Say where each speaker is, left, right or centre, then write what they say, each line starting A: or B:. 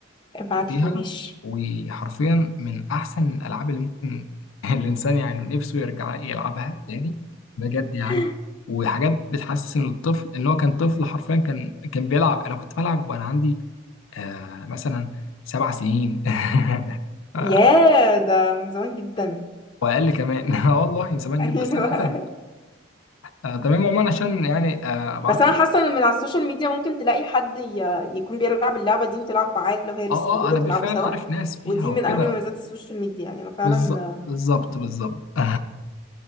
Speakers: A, on the left; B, on the left.
A: ابعت
B: فيها
A: لي ماشي
B: وحرفيا من احسن الالعاب اللي ممكن <laughs> الانسان يعني نفسه يرجع يلعبها تاني بجد يعني
A: <laughs>
B: وحاجات بتحسن الطفل ان هو كان طفل حرفيا كان كان بيلعب انا كنت بلعب وانا عندي آه مثلا سبع سنين <laughs> آه،
A: ياه ده من زمان جدا
B: واقل كمان <laughs> اه والله زمان
A: <laughs>
B: جدا
A: ايوه
B: بس هي اتقفلت آه تمام عموما عشان يعني آه ابعت
A: بس انا
B: لك
A: حاسه ان من على السوشيال ميديا ممكن تلاقي حد ي- يكون بيلعب اللعبه دي وتلعب معاه لو هي لسه
B: اه
A: موجوده
B: اه انا
A: وتلعبوا
B: بالفعل
A: سوا
B: عارف ناس فيها
A: ودي من
B: وكده
A: اهم مميزات السوشيال ميديا يعني انا فعلا
B: بالظبط بالظبط بالظبط <laughs>